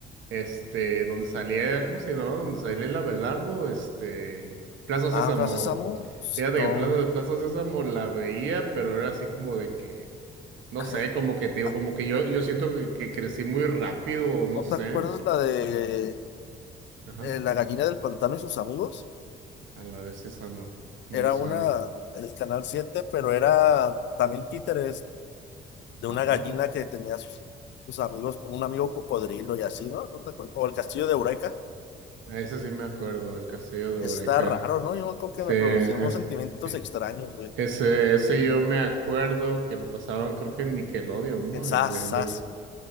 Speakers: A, on the right; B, on the left.
A: este, donde salía, ¿cómo se llamaba? Donde salía el Abelardo, este, Plaza
B: Ah,
A: Sésamo.
B: Plaza Samu. Pues,
A: Fíjate
B: No.
A: que Plaza de Plaza Sésamo la veía, pero era así como de que, no sé,
B: Eh,
A: como que te digo,
B: ah,
A: como que yo, yo siento que, que crecí muy rápido, no
B: ¿No
A: sé.
B: te acuerdas la de
A: Ajá.
B: eh, la gallina del pantano y sus amigos?
A: A la vez esa no, no
B: Era
A: me suena.
B: una, el Canal siete pero era también títeres de
A: Ajá.
B: una gallina que tenía sus, sus amigos, un amigo cocodrilo y así, ¿no? ¿No te acuerdas? O el castillo de Eureka.
A: A ese sí me acuerdo, el castillo de
B: Está
A: Eureka.
B: raro, ¿no? Yo creo que
A: Sí,
B: me
A: ese,
B: producía unos sentimientos
A: eh,
B: extraños, güey.
A: ese, ese yo me acuerdo que lo pasaban, creo que en Nickelodeon, ¿no?
B: En SAS,
A: El, de- el,
B: SAS.
A: el-